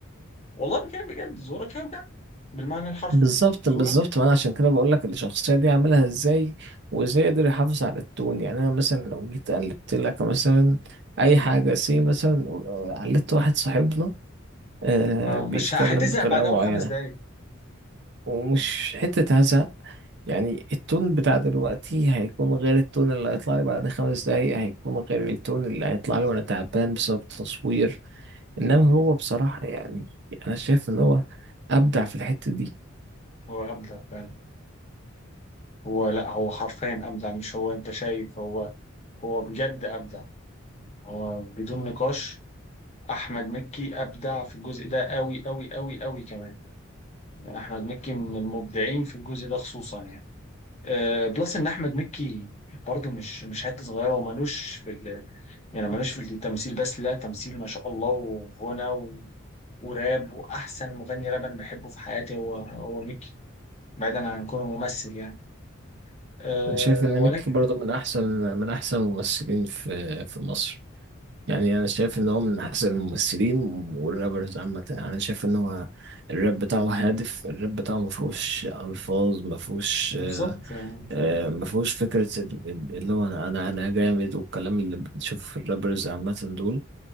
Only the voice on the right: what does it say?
بالظبط
بالظبط ما أنا عشان كده بقول لك الشخصية دي عاملها إزاي وإزاي يقدر يحافظ على التون يعني أنا مثلا لو جيت قلبت لك مثلا أي حاجة سي مثلا قلدت واحد صاحبنا آه
بيتكلم
بطريقة
معينة
ومش حتة هزق يعني التون بتاع دلوقتي هيكون غير التون اللي هيطلع لي بعد خمس دقايق هيكون غير التون اللي هيطلع لي وانا تعبان بسبب التصوير انما
هو بصراحة يعني انا شايف ان هو ابدع في الحتة دي
انا شايف ان
ميكي برضه من احسن من احسن الممثلين في في مصر يعني انا شايف ان هو من احسن الممثلين والرابرز عامة انا شايف ان هو الراب بتاعه هادف الراب بتاعه ما فيهوش الفاظ ما فيهوش
آه، ما فيهوش فكرة ال- ال- اللي هو أنا أنا أنا جامد والكلام اللي بتشوفه في الرابرز عامة دول